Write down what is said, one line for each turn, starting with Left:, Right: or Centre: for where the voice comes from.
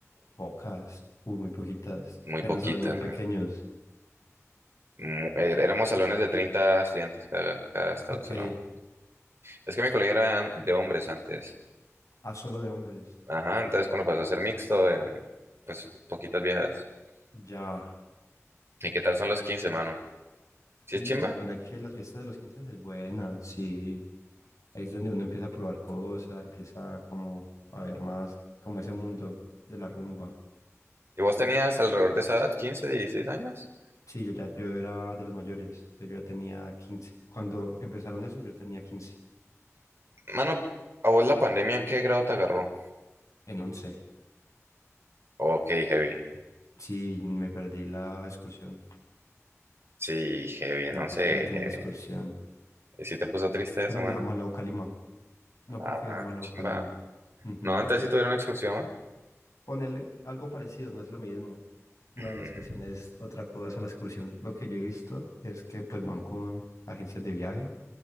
Left: Pocas, uh, muy poquitas.
Right: Muy
Left: Eran
Right: poquitas,
Left: salones muy pequeños.
Right: Mm, eh, Éramos salones de 30 estudiantes cada, cada sal-
Left: Ok,
Right: salón. Es que mi colegio era de hombres antes.
Left: ah, solo de hombres.
Right: Ajá, entonces cuando pasó a ser mixto, eh, pues poquitas viejas.
Left: Ya.
Right: ¿Y qué tal son los quince mano? ¿Sí
Left: Y
Right: es chimba?
Left: la, mira que las fiestas de los 15 es buena, sí. Ahí es donde uno empieza a probar cosas, empieza como a ver más como ese mundo de la rumba.
Right: ¿Y vos tenías alrededor de esa edad, quince dieciséis años?
Left: Sí, yo ya yo era de los mayores, entonces yo ya tenía quince, Cuando empezaron eso, yo tenía 15,
Right: Mano, ¿a vos la pandemia en qué grado te agarró?
Left: en once,
Right: Ok, heavy.
Left: Sí, me perdí la excursión.
Right: Sí, heavy, en
Left: No
Right: 11,
Left: pude tener
Right: heavy.
Left: excursión.
Right: ¿Y sí te puso triste esa,
Left: Pero
Right: mano?
Left: viajamos al lago Calima. No
Right: Ah,
Left: porque viajamos al lago
Right: chimba.
Left: Calima. Ujú.
Right: No, antes sí tuvieron expulsión.
Left: ponerle algo parecido, no es lo mismo. No,
Right: <clears throat> Ujú.
Left: la excursión es otra cosa. La excursión, lo que yo he visto es que pues van con agencias de viaje